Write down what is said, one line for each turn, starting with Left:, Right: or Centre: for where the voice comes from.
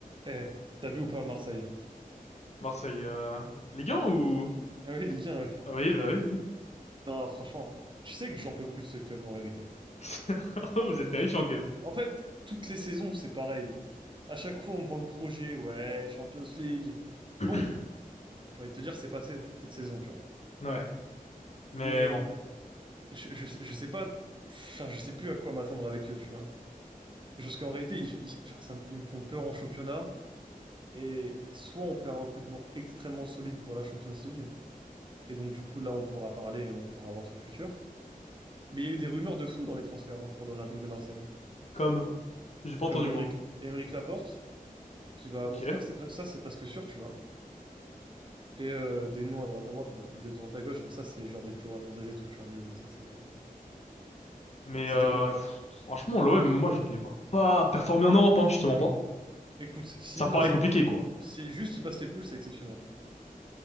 Right: Eh, t'as vu ou pas Marseille?
Left: Marseille, euh... Ligue 1 ou...
Right: Ah oui, Ligue 1, ouais.
Left: Ah Oui, bah oui.
Right: Non, franchement, tu sais que j'en peux plus de ce club en vérité.
Left: <laughs> Oh, vous êtes terrifiant, quand même.
Right: En fait, toutes les saisons, c'est pareil. À chaque fois, on me vend le projet, ouais, Champions League.
Left: <clears throat>
Right: Bon, j'ai envie de te dire, c'est passé cette saison, tu vois.
Left: Ouais. Mais
Right: Mais
Left: bon.
Right: je, je, je sais pas, enfin, je sais plus à quoi m'attendre avec eux, tu vois. Parce qu'en réalité, ils, ils- enfin, ça me- ils me font peur en championnat. Et soit on fait un recrutement extrêmement solide pour la Champions League. Et donc, du coup, là, on pourra parler et on pourra voir son futur. Mais il y a eu des rumeurs de fou dans les transferts hein, pour l'Olympique de Marseille.
Left: Comme. J'ai pas entendu
Right: Comme Émeric
Left: moi.
Right: Émeric Laporte, qui va.
Left: Ok.
Right: Bon, je crois que c'est pres- ça, c'est presque sûr, tu vois. Et euh, des noms à droite à droite, mais à- de droite à gauche, mais ça, c'est genre des Théo Hernandez et tout, tu vois. Mais bon, ça, c'est des...
Left: Mais
Right: c'est
Left: euh,
Right: des rumeurs.
Left: pff, franchement, l'OM, moi, je les vois pas performer en Europe, hein, je te mens pas.
Right: Écoute, s'il
Left: Ça me
Right: passe
Left: paraît compliqué,
Right: les poules,
Left: quoi.
Right: si juste il passe les poules, c'est exceptionnel.